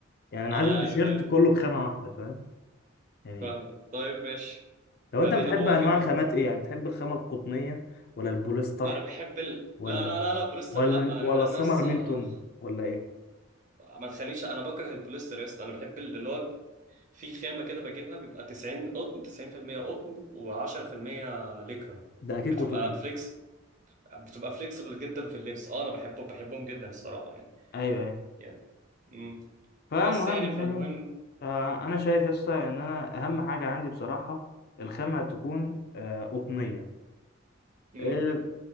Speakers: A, on the left; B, on the right.
A: يعني انا
B: انا
A: عايز التيشيرت
B: عارف عارف
A: كله بخامة واحدة فاهم يعني
B: فاهمك طيب ماشي
A: لو انت
B: ادينا
A: بتحب
B: هو
A: انواع
B: واقفين في
A: الخامات ايه يعني بتحب الخامة القطنية ولا البوليستر
B: انا بحب ال...
A: ولا
B: لا لا لا لا بوليستر
A: ولا
B: لا
A: ولا
B: يعني
A: السمر
B: انا لسه
A: ميلتون ولا ايه
B: ما تخنيش انا بكره البوليستر يا اسطى انا بحب ال- اللي هو في خامة كده بجيبها بيبقى 90 قطن 90% قطن و10% ليكرا
A: ده اكيد
B: بتبقى
A: قطنية
B: فليكس بتبقى فليكسبل جدا في اللبس اه انا بحبه بحبهم جدا الصراحة يعني
A: ايوه
B: يعني امم
A: فالمهم
B: بس يعني فالمهم
A: يعني آه، انا شايف يسطا ان انا اهم حاجه عندي بصراحه الخامه تكون آه، قطنيه
B: امم
A: آه،